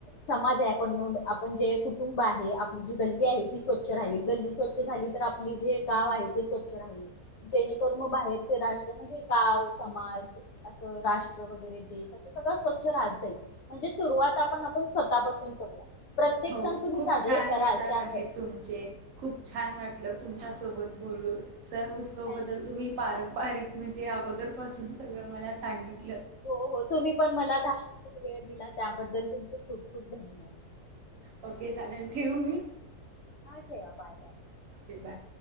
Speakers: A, on the left (about 75°); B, on the right (about 60°).
A: समाज आहे आपण आपण जे कुटुंब आहे आपली जी. गल्ली आहे ती स्वच्छ राहील, गल्ली स्वच्छ झाली तर आपली जे गाव आहे ते स्वच्छ राहील, जेणेकरून मग बाहेरचे राष्ट्र म्हणजे गाव, समाज असं राष्ट्र वगैरे देश असं सगळं स्वच्छ राहत जाईल. म्हणजे सुरुवात आपण आपण स्वतःपासून करूया प्रत्येक
B: हो
A: सण
B: खूप
A: तुम्ही साजरे
B: छान
A: कराल
B: विचा चार
A: त्याबद्दल
B: आहे तुमचे, खुप छान वाटलं तुमच्या सोबत बोलून. <unintelligible> सण, उत्सव
A: थँक्यू
B: बद्दल तुम्ही पार. बारीक म्हणजे अगोदर पासून सगळं मला सांगित.
A: हो, हो तुम्ही पण मला दहा मिनिटं वेळ दिलात. त्याबद्दल तुमचे खूप खूप धन्यवाद.
B: ओके, चालेल ठेऊ मी?
A: हां ठेवा, बाय-बाय.
B: Okay bye.